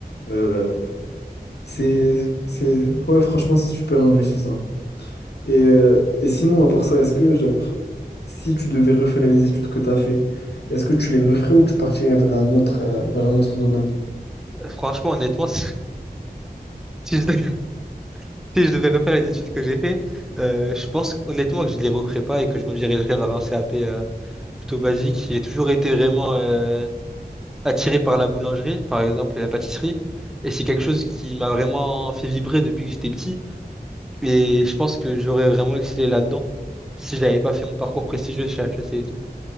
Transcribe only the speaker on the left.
Euh, c'est, c'est, ouais, franchement, c'est super enrichissant. Et, euh, et sinon, à part ça, est-ce que, genre, si tu devais refaire les études que tu as fait, est-ce que tu les referais ou tu partirais vers un autre, euh, vers un autre domaine?